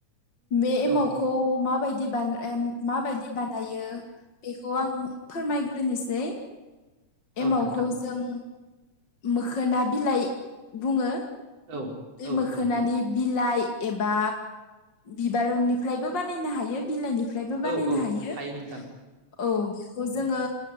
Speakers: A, on the left; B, on the right.
A: बे एमावखौ
B: औ
A: माबायदि बा माबायदि बानायो बेखौ आं फोरमायग्रोनोसै
B: औ
A: एमावखौ
B: नोंथां
A: जों मोखोना बिलाइ बुङो
B: औ
A: बे
B: औ
A: मोखोनानि
B: औ
A: बिलाइ एबा बिबारनिफ्रायबो बानायनो हायो बिलाइनिफ्राय फ्रायबो
B: औ
A: बानायनो
B: औ
A: हायो
B: नोंथां
A: औ बेखौ जोङो